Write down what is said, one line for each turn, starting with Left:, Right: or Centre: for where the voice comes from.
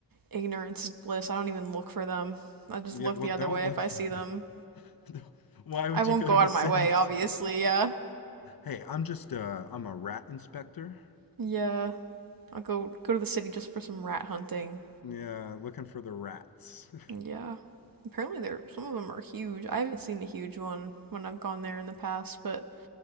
Right: ignorance is bliss. I don't even look for them. I just
Left: Yeah,
Right: look
Left: well,
Right: the
Left: don't
Right: other way
Left: look
Right: if I
Left: for
Right: see
Left: them.
Right: them.
Left: <laughs> Why would
Right: I won't
Left: you go
Right: go
Left: to
Right: out
Left: a
Right: of
Left: city?
Right: my way, obviously,
Left: <laughs>
Right: yeah.
Left: Hey, I'm just uh I'm a rat inspector.
Right: Yeah, I'll go go to the city just for some rat hunting.
Left: Yeah, looking for the rats. <laughs>
Right: Yeah. Apparently, there some of them are huge. I haven't seen a huge one when I've gone there in the past, but